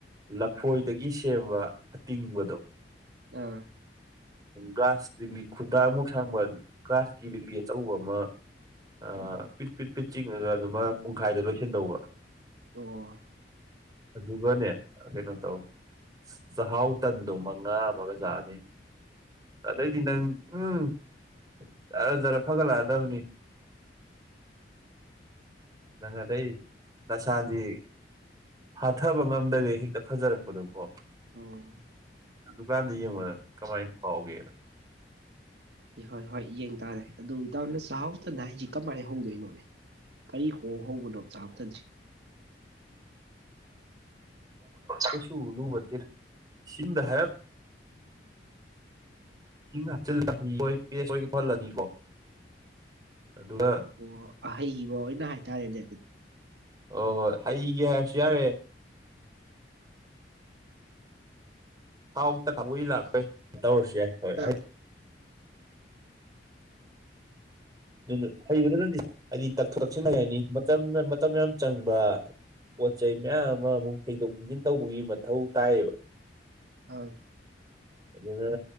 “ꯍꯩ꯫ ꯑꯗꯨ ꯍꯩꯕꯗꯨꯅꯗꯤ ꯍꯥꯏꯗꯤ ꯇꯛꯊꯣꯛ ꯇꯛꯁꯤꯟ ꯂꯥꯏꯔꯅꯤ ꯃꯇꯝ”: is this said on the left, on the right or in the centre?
Right